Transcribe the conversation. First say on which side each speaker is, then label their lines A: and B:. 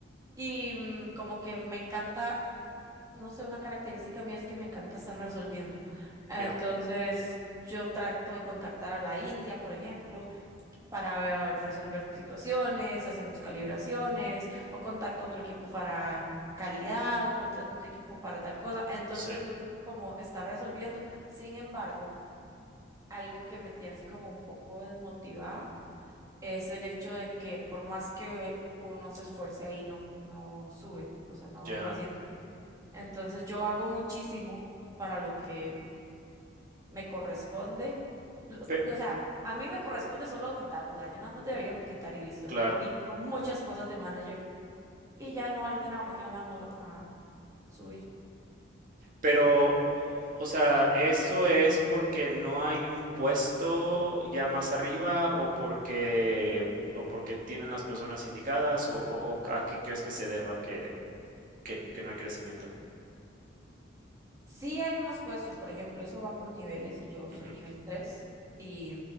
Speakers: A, on the right; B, on the right.
A: Y mm, como que me encanta, no sé, una característica mía es que me encanta estar resolviendo. Entonces,
B: ya,
A: yo trato de contactar a la India, por ejemplo para eh, resolver situaciones, hacemos calibraciones o contacto a otro equipo para calidad o contrato a otro equipo para tal cosa. Entonces
B: sí,
A: me gusta como estar resolviendo. Sin embargo, algo que me tiene así como un poco desmotivada es el hecho de que por más que uno se esfuerce ahí, no, no sube, o sea, no
B: ya.
A: lo hace. Entonces yo hago muchísimo para lo que me corresponde, o
B: Pe-
A: sea, a mí me corresponde solo auditar, o sea, yo nada más debería auditar y listo.
B: claro.
A: Y yo hago muchas cosas de manager y ya no valen de nada porque no me van a, a subir.
B: Pero, o sea, ¿eso es porque no hay un puesto ya más arriba o porque, o porque tienen las personas indicadas o, o- o a qué crees que se deba que, que- que no hay crecimiento?
A: Sí hay más puestos, por ejemplo, eso va por niveles y yo soy
B: Ujú.
A: nivel 3 y